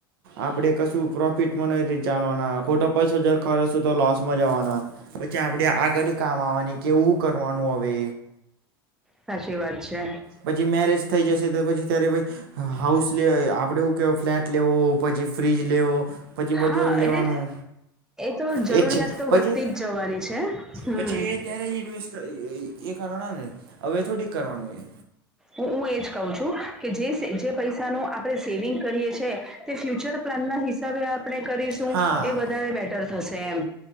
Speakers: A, on the right; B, in the centre.
A: આપડે કશું પ્રોફિટમાં ન ચાલવાના ખોટો પૈસો જ ખર્ચશું તો લોસમાં જવાના. પછી આપણેે આગળ કામ આવવાની કેવું કરવાનું હવે.
B: સાચી વાત છે.
A: પછી મેરેજ થઈ જશે તો પછી ત્યારે હાઉસ લે આપડે એવું કેવ ફ્લેટ લેવો પછી ફ્રીજ લેવો. પછી બધું
B: હા
A: લેવાનું
B: એટલે તો જરૂરિયાત
A: એ છે
B: તો
A: પછી
B: વધતી જ જવાની છે હમ
A: પછી એ ત્યારે યુનિવર્સિ એ કરવાના ને હવે થોડીક કરવાનું એ.
B: હ હું એજ કહું છું કે જે જે પૈસાનો આપણે સેવિંગ કરીએ છે તે ફ્યુચર. પ્લાન ના હિસાબે આપણે કરીશું
A: હા
B: એ વધારે બેટર થશે એમ.